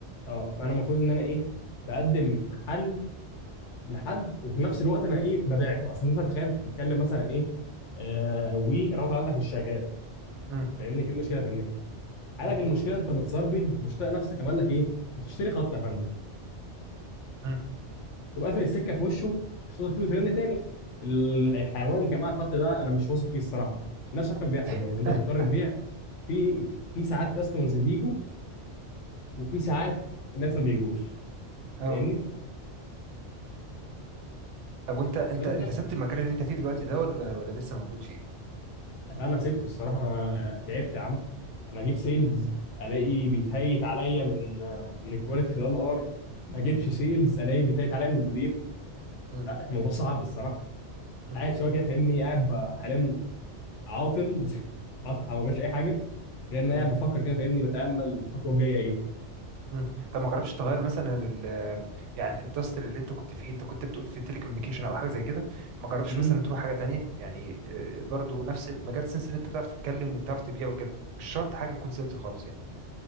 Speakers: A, on the left; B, on the right.
A: اه فانا المفروض ان انا ايه بقدم حل لحد وفي نفس الوقت انا ايه ببيع له اصل انت مثلا تخيل تتكلم مثلا ايه آه والراوتر عندك مش شغال
B: مم،
A: فاهمني في مشكله في النت حالك
B: مم،
A: المشكله انت متزربن مش طايق نفسك عمل لك ايه بتشتري خط يا فندم
B: مم.
A: تقوم قافل السكه في وشه مش واثق فيه وترن تاني ال- الحيوان اللي كان معاه الخط ده انا مش واثق فيه الصراحه نفس الحوار كان بيحصل
B: <laughs>
A: برضه انت بتضطر تبيع في في في ساعات كاستمرز بيجوا وفي ساعات الناس ما بيجوش
B: اه
A: فاهمني
B: طب وانت انت
A: فانت
B: انت سبت المكان اللي انت فيه دلوقتي ده ولا ولا لسه موجود فيه؟
A: يعني انا سبته الصراحه أنا تعبت يا عم انا اجيب سيلز الاقي بيتهيت عليا من من الكواليتي في ال ار ما اجيبش سيلز الاقي بيتهيت عليا من المدير
B: مم.
A: لا الموضوع صعب الصراحه
B: مم.
A: قاعد شويه
B: مم.
A: كده فاهمني قاعد ب- حاليا عاطل <laughs> عاطل ما بعملش اي حاجه غير ان انا
B: مم.
A: قاعد بفكر كده فاهمني بتامل الخطوه الجايه ايه
B: مم. طب ما جربتش تغير مثلا ال يعني الاندستري اللي انت كنت فيه انت كنت بتقول في تليكوميونيكيشن او حاجه زي كده ما جربتش
A: م-م.
B: مثلا تروح حاجه تانية يعني آه، برضو نفس المجال سنس ان انت بتعرف تتكلم وبتعرف تبيع وكده مش شرط حاجه تكون سيلز خالص يعني